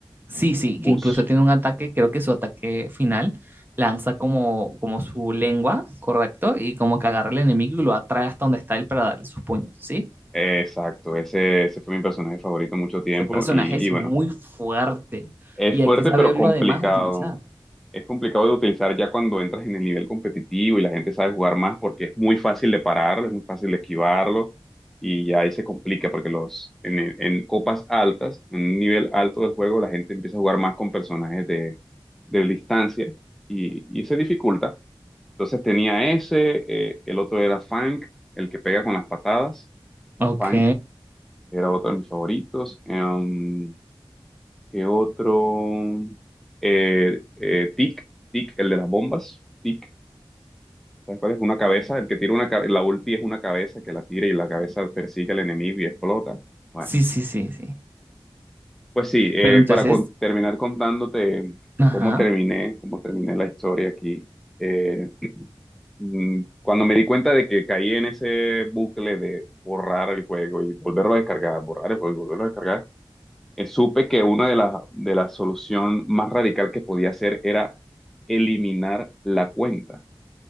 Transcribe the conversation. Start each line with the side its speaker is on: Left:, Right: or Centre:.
Right: Sí, sí,
Centre: Buzz.
Right: que incluso tiene un ataque, creo que su ataque final lanza como, como su lengua, ¿correcto? Y como que agarra al enemigo y lo atrae hasta donde está él para darle sus puños, ¿sí?
Centre: Exacto, ese, ese fue mi personaje favorito mucho tiempo.
Right: Ese personaje
Centre: Y,
Right: es
Centre: y bueno,
Right: muy fuerte
Centre: es
Right: y
Centre: fuerte
Right: hay que saberlo
Centre: pero complicado.
Right: además utilizar.
Centre: es complicado de utilizar ya cuando entras en el nivel competitivo y la gente sabe jugar más porque es muy fácil de pararlo, es muy fácil de esquivarlo y ya ahí se complica porque los en, en copas altas, en un nivel alto del juego, la gente empieza a jugar más con personajes de, de distancia y, y se dificulta. Entonces tenía ese, eh, el otro era Funk, el que pega con las patadas,
Right: Ok,
Centre: Funk era otro de mis favoritos. em, ¿Qué otro? Eh, eh, Tic, Tic, el de las bombas. Tic, ¿sabes cuál es? Una cabeza, el que tira una cabeza, la ulti es una cabeza que la tira y la cabeza persigue al enemigo y explota. Bueno,
Right: sí, sí, sí, sí.
Centre: pues sí, eh,
Right: Pero entonces,
Centre: para con- terminar contándote
Right: ajá,
Centre: cómo terminé, cómo terminé la historia aquí. eh, mm, cuando me di cuenta de que caí en ese bucle de borrar el juego y volverlo a descargar, borrar el juego y volverlo a descargar eh, supe que una de las de la solución más radical que podía hacer era eliminar la cuenta,